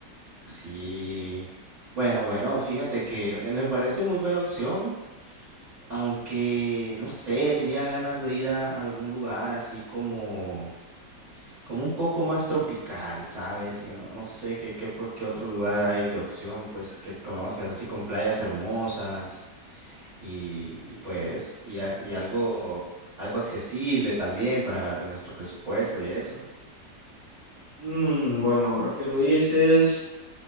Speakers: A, on the right; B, on the left.
A: Sí. Bueno, bueno, fíjate que me me parece muy buena opción, aunque no sé, tenía ganas de ir a algún lugar así como, como un poco más tropical, ¿sabes? Que no, no sé qué, qué, por qué otro lugar hay de opción, pues, que conozcas, así con playas hermosas y pues, y, a- y algo, algo accesible también para nuestro presupuesto y eso.
B: Mm, bueno, ahora que lo dices,